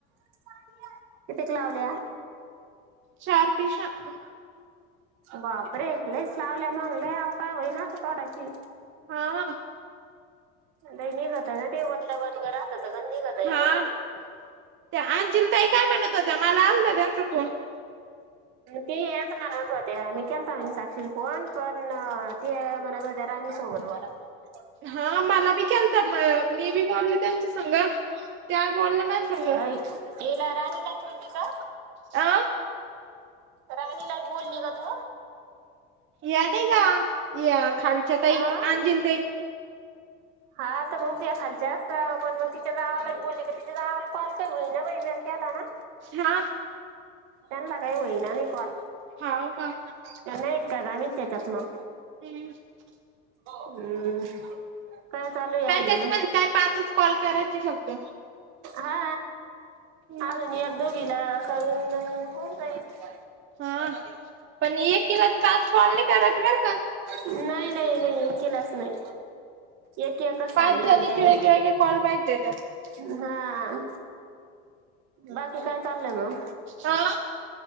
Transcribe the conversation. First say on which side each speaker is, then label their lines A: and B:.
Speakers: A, on the right; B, on the right.
A: <unintelligible> कितीक लावल्या?
B: चार पिश्या अ.
A: बापरे, लईच लावल्या मंग लई आयकोया होईन आता तोडायची.
B: हा वन
A: लई निघता ना ते वल्ल वदगं राहत त गन निघत
B: हा
A: येड्यावानी.
B: त्या अंजिल ताई काय म्हणत होत्या? माला आलता त्यांचा फोन.
A: ती येत म्हणत होत्या मी केलता म्हण साक्षील फोन, पण ते म्हणत होत देराणी सोबत बोला. म्हणत
B: हा मात तुला बी केलता म मी बी बोलले त्यांच्या संग, त्या बोलल्या माझ्या संग.
A: अ हिला राणीला कयतीसा.
B: अ.
A: राणीला बोलली का तु?
B: या नाही का या खालच्या ताई
A: आ
B: अंजिल ताई.
A: हा तर मग ते खालच्या असत पण मग तिच्या जावा काही बोलली का तिच्या जावाला कॉल काही होई ना बाई म्या केला ना.
B: ह.
A: त्यांनला काय होई ना नही कॉल.
B: हा ओ का?
A: त्या नाहीत का ग आम्ही त्याच्यात मग.
B: <unintelligible>
A: हम्म काय चालूय
B: काय
A: अजून?
B: त्याचे पण काय पाचच कॉल करायचे फक्त
A: हा
B: हम्म
A: आजून एक दोघीला करून होन जाईन
B: हा पण एकिला सात कॉल नाही कराचचे बर का.
A: नाही नाही नाही एकिलाच नाही. एक एकच
B: पाच
A: सांगेल
B: जणीचे
A: हे न त्यायना
B: वेगळे वेगळे कॉल पाहिजे त्याच्यात
A: हुं हा. बाकी काय चाललंय मंग?
B: हा